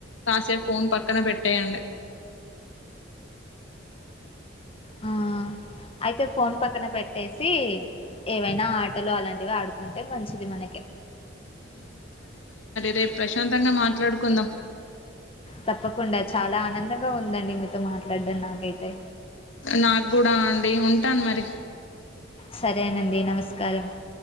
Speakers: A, on the left; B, on the left.
A: కాసేప్ ఫోన్ పక్కన పెట్టేయం
B: ఆ అయితే ఫోన్ పక్కన పెట్టేసి ఏవైనా ఆటలు అలాంటివి ఆడు కుంటే మంచిది మనకె
A: రేప్ ప్రశాంతంగా మాట్లాడుకుందాం
B: తప్పకుండా చాలా ఆనందంగా ఉందండి మీతో మాట్లాడడం నాకైతే
A: నాగ్గుడా అండి ఉంటాన్ మరి
B: సరేనండి నమస్కారం